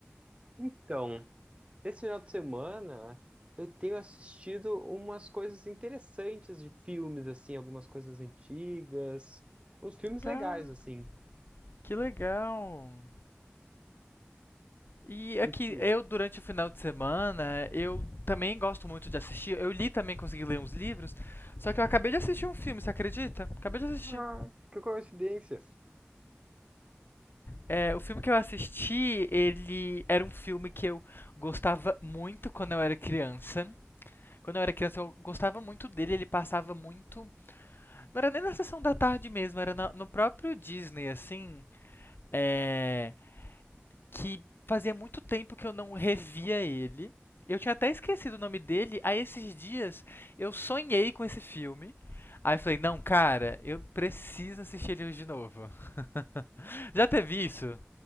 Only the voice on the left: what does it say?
Cara,
que legal. E aqui,
eu durante o final de semana, eu também gosto muito de assistir. Eu li também, consegui ler uns livros. Só que eu acabei de assistir um filme, você acredita? Acabei de assistir.
É, o filme que eu assisti, ele era um filme que eu gostava muito quando eu era criança. Quando eu era criança, eu gostava muito dele, ele passava muito. Não era nem na sessão da tarde mesmo, era na- no próprio Disney, assim. É. Que fazia muito tempo que eu não revia ele. Eu tinha até esquecido o nome dele. Aí esses dias eu sonhei com esse filme. Aí eu falei, não, cara, eu preciso assistir ele hoje de novo. <laughs> Já teve isso?